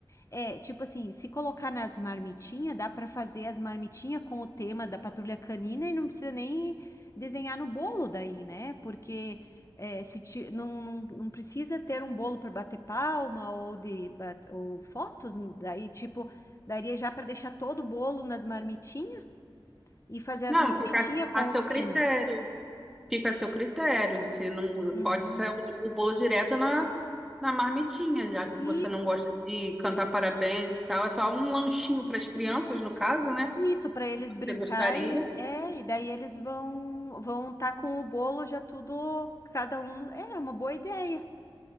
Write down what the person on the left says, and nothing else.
É, tipo assim, se colocar nas marmitinhas, dá pra fazer as marmitinhas com o tema da patrulha canina e não precisa nem desenhar no bolo daí, né? Porque é, se ti- não, não, não precisa ter um bolo para bater palma ou de ba- ou fotos, daí tipo daria já para deixar todo o bolo nas marmitinhas e fazer as
marmitinhas
com
o tema.
Uhum.
Isso.
Isso, para eles brincar
e é, e daí eles vão vão estar com o bolo já tudo cada um. É uma boa ideia.